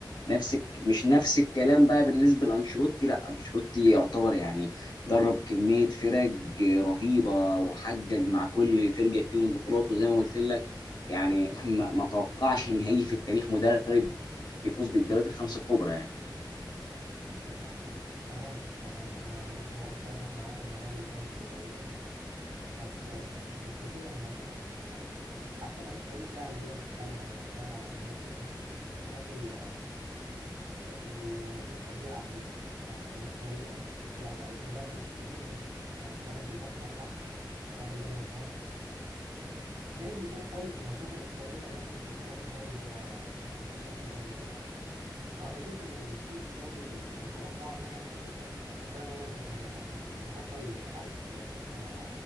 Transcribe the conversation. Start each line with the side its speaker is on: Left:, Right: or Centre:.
Left: نفس الك- مش نفس الكلام بقى بالنسبه لانشيلوتي لا انشيلوتي يعتبر يعني درب كميه فرق رهيبه وحقق مع كل فرقه فيهم بطولات وزي ما قلت لك يعني <laughs> ما ما توقعش ان هيجي في التاريخ مدرب يفوز بالدوريات الخمسه الكبرى يعني
Right: ماشي ما... تمام تمام أنا م- متفق معاك إن الراجل فاز بدوريات بس آه، يعني تكتيكيا مثلا يعني حتى ملوش طريقة لعب تقدر تتكلم عليها بتكلم على أنشيلوتي هنا الراجل آه، اللي اكسب بيلعب بيه يعني ملوش طريقة لو قابل مدرب تقيل آه، مدرب بيفكر صح الراجل ده بينهار جايز يكون قوي في الماتشات الإقصائية ولكن في بطولات الدوري هو يعني فشل فشل ذريع وأنا بشوف إن اللي بتقيس جودة البطولات نوعا ما هي بطولة الدوري عشان كده دايما مش بفضل يعني بفضل أليكس فيركسون على